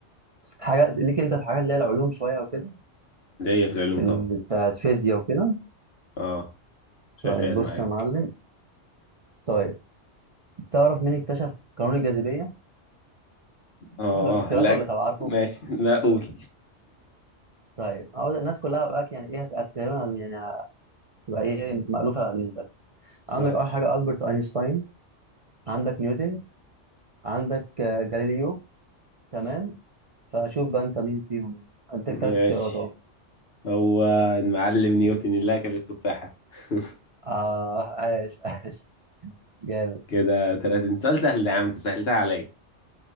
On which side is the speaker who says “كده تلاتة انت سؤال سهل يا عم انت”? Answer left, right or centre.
Left